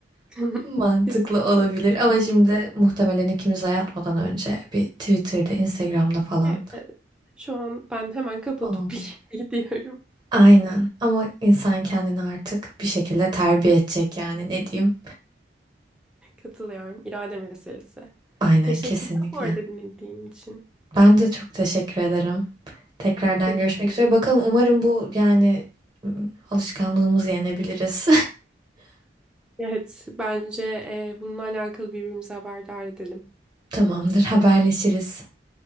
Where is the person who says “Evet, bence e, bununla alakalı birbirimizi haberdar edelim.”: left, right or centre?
Centre